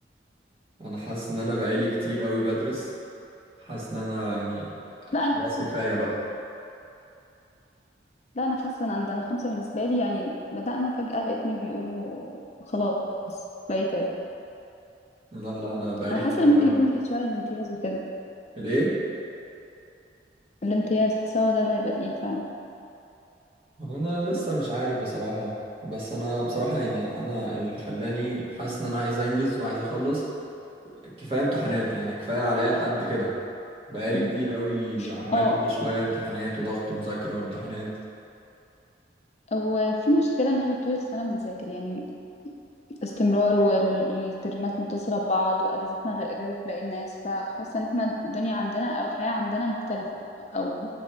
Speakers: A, on the right (about 30°); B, on the left (about 35°).
A: انا حاسس ان انا بقالي كتير قوي بدرس حاسس ان انا يعني
B: لا
A: خلاص
B: انا حاسه
A: كفايه
B: مش كتير
A: بقى
B: لا انا حاسه ان عندنا خمسه بالنسبه لي يعني بدأنا فجأة لقيتني بيقولوا خلاص بقيت ترم.
A: لا لا انا بقالي
B: انا
A: كتير
B: حاسه ان ممكن
A: قوي
B: يكون تقيل شويه الامتياز وكده
A: ليه
B: الامتياز حاسه ده اللي هيبقى تقيل فعلا
A: هو انا لسه مش عارف بصراحه بس انا بصراحه يعني انا اللي خلاني حاسس ان انا عايز انجز وعايز اخلص كفايه امتحانات يعني كفايه عليا لحد كده بقالي
B: <laughs>
A: كتير قوي عمال
B: اه
A: كل شويه امتحانات وضغط مذاكره وامتحانات
B: وفي مشكلة ان احنا طول السنة بنذاكر يعني استمرار والترمات متصلة ببعض واجازتنا غير اجازة باقي الناس فحاسة ان احنا الدنيا عندنا او الحياة عندنا مختلفة او